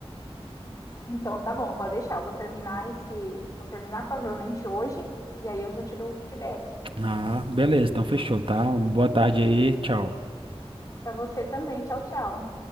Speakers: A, on the left; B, on the right.
A: Então tá bom, pode deixar. Eu vou terminar esse. Vou terminar provavelmente hoje, e aí eu já te dou o feedback.
B: Ah, beleza, então fechou, tá? Uma boa tarde aí, tchau.
A: Para você também. Tchau, tchau.